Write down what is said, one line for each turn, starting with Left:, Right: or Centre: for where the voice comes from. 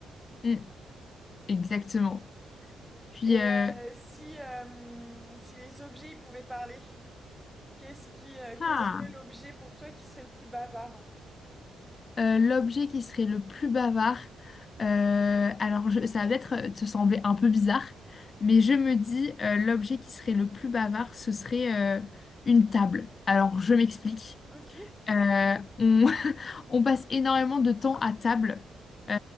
Left: Mm, exactement. Puis,
Centre: Et
Left: euh,
Centre: Mm. euh, si, euh, si les objets ils pouvaient parler, qu'est-ce qui, euh,
Left: ah,
Centre: quel serait l'objet pour toi qui serait le plus bavard?
Left: euh, l'objet qui serait le plus bavard, euh, alors je- ça va peut-être euh, te sembler un peu bizarre, mais je me dis, euh, l'objet qui serait le plus bavard, ce serait euh, une table. Alors, je m'explique.
Centre: Ok.
Left: Euh, on, <laughs> on passe énormément de temps à table, euh,